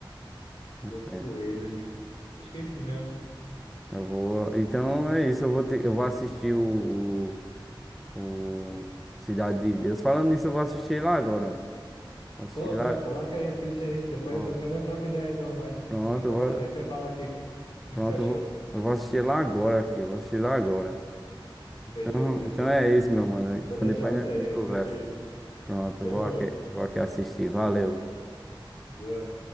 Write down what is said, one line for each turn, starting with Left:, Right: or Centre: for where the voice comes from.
Centre: Mas,
Left: Dois
Centre: é,
Left: Coelhos. Acho que é isso mesmo.
Centre: Eu vou. Então é isso, eu vou ter... eu vou assistir o, o, o Cidade de Deus. Falando nisso, eu vou assistir lá agora, mano. Vou assistir
Left: Pô,
Centre: lá.
Left: é, coloca aí, assiste aí. Depois,
Centre: Ó,
Left: depois nós troca ideia, então, mais.
Centre: Pronto,
Left: Na conversa
Centre: eu vou...
Left: aí você fala o que, o que,
Centre: pronto,
Left: que você achou.
Centre: eu vou... eu vou assistir lá agora aqui. eu Vou assistir lá agora. Então,
Left: Fechou, fechou.
Centre: então é isso, meu mano. Então
Left: Vou deixar
Centre: depois
Left: você
Centre: a gente
Left: aí, assiste
Centre: conversa.
Left: aí.
Centre: Pronto,
Left: Demorou.
Centre: eu vou aqui, vou aqui assistir. Valeu.
Left: Boa.